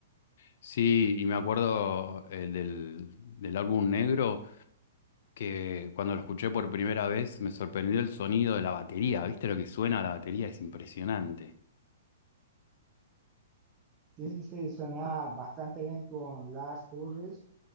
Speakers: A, on the left (about 60°); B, on the right (about 25°).
A: sí, y me acuerdo el del, del álbum negro que cuando lo escuché por primera vez me sorprendió el sonido de la batería, ¿viste lo que suena la batería? Es impresionante.
B: Sí, sí, sí, suena bastante bien con Lars Ulrich,